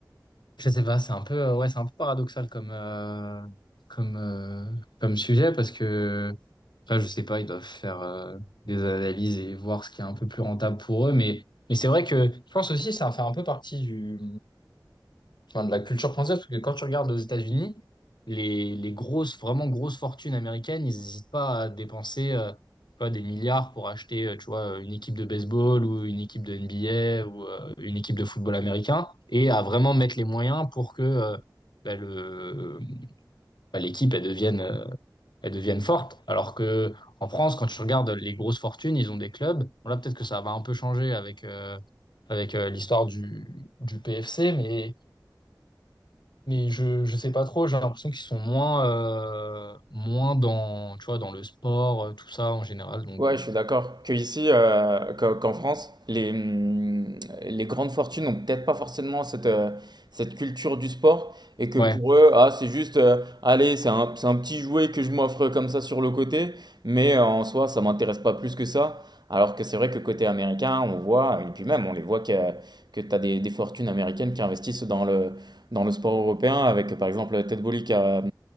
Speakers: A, on the left; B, on the right.
A: Je sais pas, c'est un peu, euh, ouais, c'est un peu paradoxal comme, euh, comme, euh, comme sujet parce que, après, je sais pas, ils doivent faire euh, des analyses et voir ce qui est un peu plus rentable pour eux. Mais, mais c'est vrai que je pense aussi que ça fait un peu partie du, enfin, de la culture française, parce que quand tu regardes aux États-Unis, les, les grosses, vraiment grosses fortunes américaines, ils n'hésitent pas à dépenser euh, tu vois, des milliards pour acheter euh, tu vois, une équipe de baseball ou une équipe de NBA ou euh, une équipe de football américain et à vraiment mettre les moyens pour que euh, bah, le, bah, l'équipe elle devienne, euh, elle devienne forte. Alors que en France, quand tu regardes les grosses fortunes, ils ont des clubs. Bon, là, peut-être que ça va un peu changer avec, euh, avec euh, l'histoire du, du PFC, mais mais je, je sais pas trop, j'ai l'impression qu'ils sont moins, euh, moins dans, tu vois, dans le sport, euh, tout ça en général. Donc
B: Ouais,
A: bon.
B: je suis d'accord. Que ici, euh, qu'en qu'en France, les, hum, les grandes fortunes n'ont peut-être pas forcément cette, euh, cette culture du sport et que
A: Ouais,
B: pour eux, ah, c'est juste, euh, allez, c'est un, c'est un petit jouet que je m'offre comme ça sur le côté, mais euh, en soi, ça m'intéresse pas plus que ça. Alors que c'est vrai que côté américain, on voit, et puis même, on les voit que, que tu as des, des fortunes américaines qui investissent dans le, dans le sport européen, avec par exemple Ted Bolly qui a,